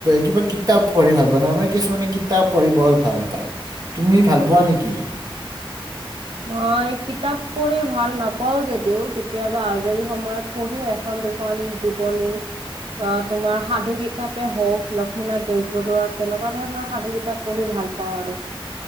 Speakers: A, on the right; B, on the right.
A: কিবা কিতাপ পঢ়ি ভাল পা নে কিছুমানে কিতাপ পঢ়ি বৰ ভাল পায় তুমি ভাল পোৱা নেকি?
B: মই কিতাপ পঢ়ি ভাল নাপাও যদিও কেতিয়াবা আজৰি সময়ত পঢ়ো এখন দুখন জীৱনী বা তোমাৰ সাধু কিতাপেই হওক লক্ষ্মীনাথ বেজবৰুৱাৰ তেনেকুৱা ধৰণৰ সাধু কিতাপ পঢ়ি ভাল পাওঁ আৰু